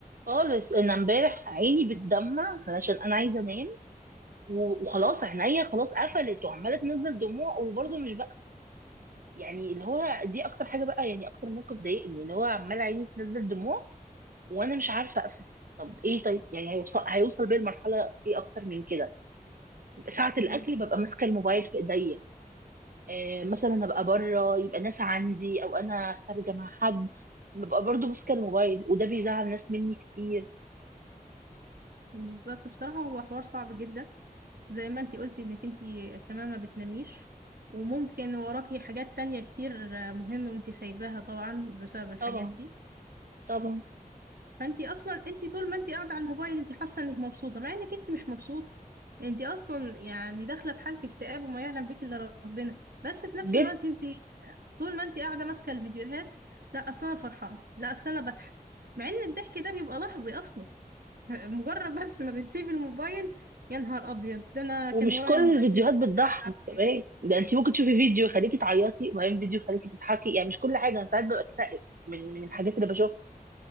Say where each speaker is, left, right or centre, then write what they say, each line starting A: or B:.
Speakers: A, on the right (about 70°); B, on the right (about 85°).
A: خالص انا امبارح عيني بتدمع علشان انا عايزه انام و- وخلاص عينيا خلاص قفلت وعماله تنزل دموع وبرضه مش بقى يعني اللي هو دي اكتر حاجه بقى يعني اكتر موقف ضايقني اللي هو عماله عيني تنزل دموع وانا مش عارفه اقفل طب ايه طيب يعني هيوصل هيوصل بيا المرحله ايه اكتر من كده ساعه
B: بز-
A: الاكل ببقى ماسكه الموبايل في ايديا آه مثلا ابقى بره يبقى ناس عندي او انا خارجه مع حد ببقى برضه ماسكه الموبايل وده بيزعل ناس مني كتير
B: بالظبط بصراحه هو حوار صعب جدا زي ما انت قلتي انك انت كمان ما بتناميش وممكن وراكي حاجات تانية كتير آه، مهمة وانت سايباها طبعا بسبب الحاجات
A: طبعا
B: دي
A: طبعا
B: فانتي اصلا انتي طول ما انتي قاعده على الموبايل انتي حاسه انك مبسوطه مع انك انتي مش مبسوطه انتي اصلا يعني داخله في حاله اكتئاب وما يعلم بك الا ربنا بس في نفس
A: جدا
B: الوقت انتي طول ما انتي قاعده ماسكه الفيديوهات لا اصلا انا فرحانه لا اصلا انا بضحك مع ان الضحك ده بيبقى لحظي اصلا <laughs> مجرد بس ما بتسيب الموبايل يا نهار ابيض ده انا كان
A: ومش
B: ورايا
A: كل
B: مذاكره
A: الفيديوهات بتضحك
B: مش عارفة
A: كمان
B: إيه.
A: ده انت ممكن تشوفي فيديو يخليكي تعيطي وبعدين فيديو يخليكي تضحكي يعني مش كل حاجه انا ساعات ببقى اكتئب من من الحاجات اللي بشوفها